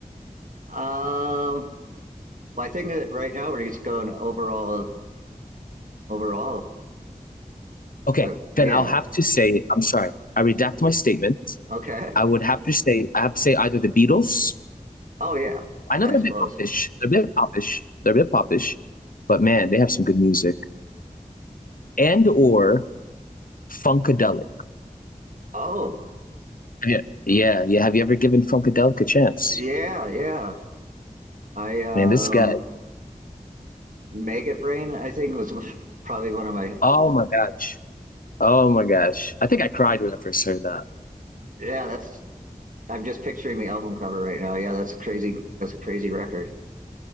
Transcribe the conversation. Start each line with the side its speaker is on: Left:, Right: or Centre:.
Right: Um, well, I think that right now we're just going overall, overall.
Left: Okay,
Right: Uh, yeah.
Left: then I'll have to say I'm sorry. I redact my statement.
Right: Okay.
Left: I would have to say I have to say either the Beatles.
Right: Oh, yeah.
Left: I
Right: Yeah,
Left: know they're
Right: I suppose.
Left: a bit popish. They're a bit popish. They're a bit popish, but man, they have some good music. And or Funkadelic.
Right: Oh,
Left: Yeah, yeah, yeah. Have you ever given Funkadelic a chance?
Right: yeah, yeah. I um,
Left: Man, this guy.
Right: Maggot Brain, I think was <laughs> probably one of my.
Left: Oh my gosh. Oh my gosh. I think I cried when I first heard that.
Right: Yeah, that's. I'm just picturing the album cover right now. Yeah, that's crazy. That's a crazy record.